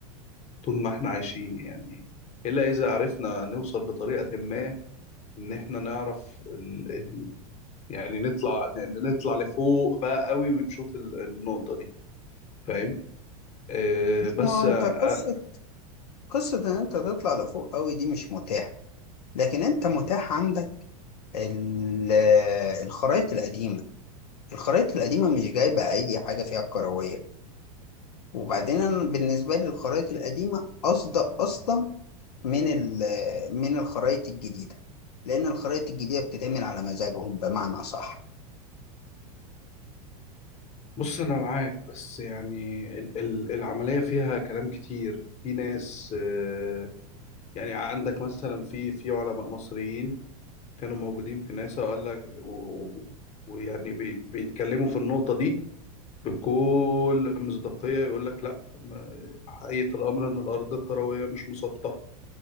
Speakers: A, on the left; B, on the left.
A: طول ما احنا عايشين يعني الا اذا عرفنا نوصل بطريقة ما ان احنا نعرف ال... ال... يعني نطلع ن- نطلع لفوق بقى قوي ونشوف ال... النقطة دي فاهم آه
B: لا،
A: بس
B: ما هو انت
A: آه،
B: قصة قصة ان انت تطلع لفوق قوي دي مش متاحة لكن انت متاح عندك ال- الخرايط القديمة الخرايط القديمة مش جايبة أي حاجة فيها كروية وبعدين أنا بالنسبة لي الخرايط القديمة أصدق أصلا من ال- من الخرايط الجديدة لأن الخرايط الجديدة بتتعمل على مزاجهم بمعنى أصح
A: بص انا معاك بس يعني ال ال العمليه فيها كلام كتير في ناس آه، يعني عندك مثلا في في علماء مصريين كانوا موجودين في ناسا وقال لك و- و- ويعني بي بيتكلموا في النقطه دي بكل مصداقيه يقول لك لا ما- حقيقه الامر ان الارض كرويه مش مسطحه